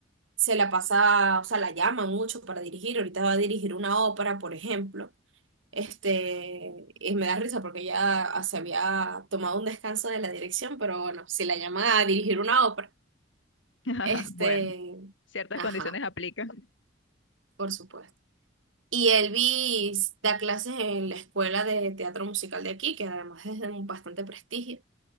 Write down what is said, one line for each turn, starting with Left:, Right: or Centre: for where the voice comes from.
Right: se la pasa, o sea, la llaman mucho para dirigir. Ahorita va a dirigir una ópera, por ejemplo. Este, y me da risa porque ella ah, se había tomado un descanso de la dirección, pero bueno, si la llaman a dirigir una ópera,
Left: <laughs>
Right: este,
Left: Bueno, ciertas
Right: ajá,
Left: condiciones aplican.
Right: por supuesto. Y Elvis da clases en la escuela de teatro musical de aquí, que además es de un bastante prestigio.